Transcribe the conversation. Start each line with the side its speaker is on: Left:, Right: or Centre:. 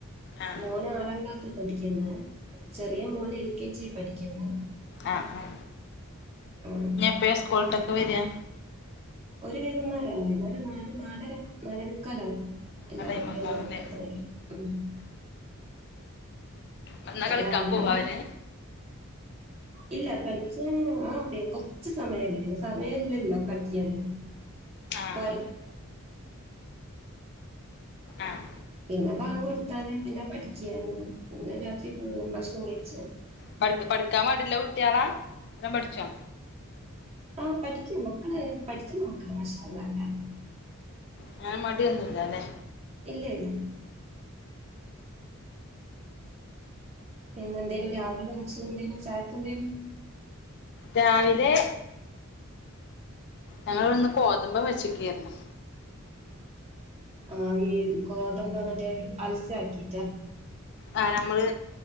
Left: ആഹ്
Right: മോന് ആറാം ക്ലാസ് പഠിക്കുന്ന് ചെറിയ മോന് എൽ കെ ജി പഠിക്കുന്ന്
Left: ആ ആ
Right: ഉം
Left: ഇനിയെപ്പോഴാ സ്കൂളട്ടക്കെ വെരിക്കാ
Right: <inaudible> <unintelligible>
Left: ആ ടൈമൊക്കെ ആവുല്ലേ വന്നാ
Right: അപ്പൊ
Left: കളിക്കാൻ
Right: രാവിലെ
Left: പോവാ അവര്
Right: ഇല്ല കളിക്കാന് ആ പി കൊറച്ച് സമയല്ല പിന്നെ സമയില്ലല്ലോ കളിക്കാന്
Left: ആഹ്
Right: <inaudible>
Left: ആഹ്
Right: പിന്നെ ബാഗ് കൊടുത്തല് പിന്നെ പഠിക്കാല് പിന്നെ രാത്രി ഫുളും ഭക്ഷണം കഴിച്ച്
Left: പഠ പഠിക്കാൻ മടിയുള്ള കുട്ടിയാണ എല്ലാം പഠിച്ചോ
Right: ആ പഠിക്കും മക്കള് പഠിക്കുന്ന മക്കള് മാഷാ അള്ളാ എല്ലാരും
Left: അങ്ങനെ മടിയൊന്നുല്ലല്ലെ
Right: ഇല്ല ഇല്ല പിന്നെ എന്തേലും രാവിലെ ഭക്ഷണം എന്തേലും ചായയ്ക്കു എന്തേലും
Left: രാവിലെ ഞങ്ങള് ഇവിടെന്ന് കോതുബ് വെച്ചക്കായിരുന്നു
Right: ആ ഈ ഗോതമ്പ് മറ്റേ അൽസ ആക്കിട്ടാ
Left: ആ നമ്മള്